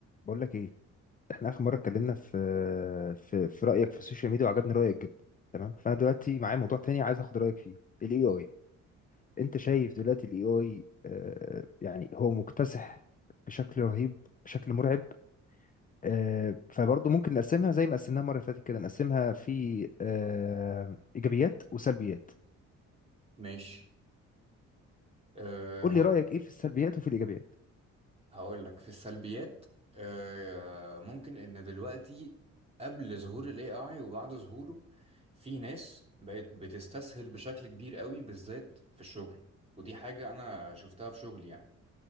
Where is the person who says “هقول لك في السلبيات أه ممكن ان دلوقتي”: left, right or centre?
Right